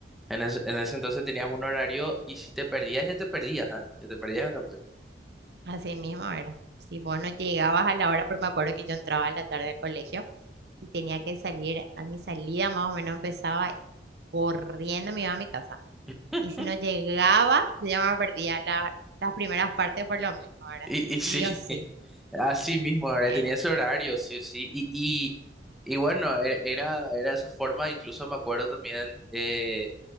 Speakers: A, in the centre; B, on the right.
A: En ese, en ese entonces tenías un horario y si te perdías, ya te perdías, ¿eh? Ya te perdías el capítulo.
B: <laughs> así mismo era. Si vos no llegabas a la hora, porque me acuerdo que yo entraba a la tarde al colegio. y tenía que salir, a mi salida más o menos empezaba y corriendo me iba a mi casa.
A: <laughs>
B: Y si no llegaba, yo ya me perdía la- las primeras partes por lo menos, ahora
A: Y, y sí,
B: Sí o sí,
A: <laughs> así mismo, ¿verdad?
B: era,
A: Tenía ese horario, sí o sí. Y, y, y bueno, e- era, era esa forma, incluso me acuerdo también, eh,